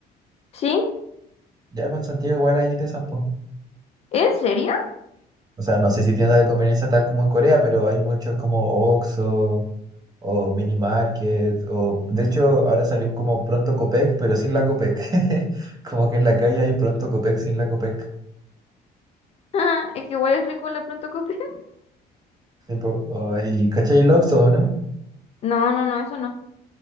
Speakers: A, on the left (about 40°); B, on the right (about 25°).
A: ¿Sí?
B: ya con Santiago igual hay de esas, po.
A: ¿En serio? <laughs>
B: O sea, no sé si tiendas de conveniencia tal como en Corea, pero hay muchos como Oxxo o Mini Market o de hecho ahora salió como Pronto Copec, pero sin la Copec. <laughs> Como que en la calle hay Pronto Copec sin la Copec.
A: Ah, es que igual es rico la pronto cope. <laughs>
B: Tipo, oh, y ¿cachai el Oxxo, no?
A: No, no, no, eso no.